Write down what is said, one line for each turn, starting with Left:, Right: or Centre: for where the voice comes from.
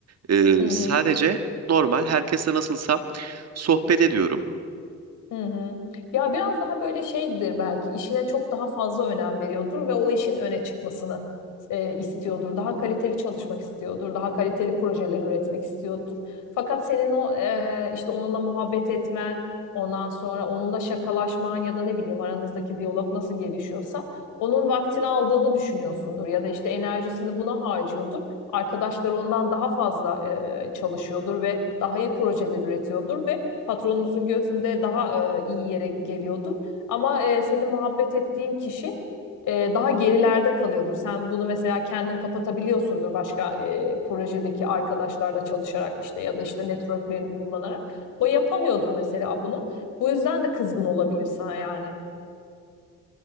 Right: Eee,
Left: Hı hı.
Right: sadece normal herkese nasılsam sohbet ediyorum.
Left: Hı hı. Ya biraz daha böyle şeydir belki işine çok daha fazla önem veriyordur ve o işin öne çıkmasını e, istiyordur. Daha kaliteli çalışmak istiyordur. Daha kaliteli projeler üretmek istiyordur. Fakat senin o e, işte onunla muhabbet etmen, ondan sonra onunla şakalaşman ya da ne bileyim aranızdaki diyalog nasıl gelişiyorsa onun vaktini aldığını düşünüyorsundur ya da işte enerjisini buna harcıyordur. Arkadaşlar ondan daha fazla e, çalışıyordur ve daha iyi projeler üretiyordur ve patronunuzun gözünde daha e, iyi yere geliyordur. Ama e, senin muhabbet ettiğin kişi e, daha gerilerde kalıyordur. Sen bunu mesela kendin kapatabiliyorsundur başka e, projedeki arkadaşlarla çalışarak işte ya da işte networklerini kullanarak. O yapamıyordur mesela bunu. Bu yüzden de kızgın olabilir sana yani.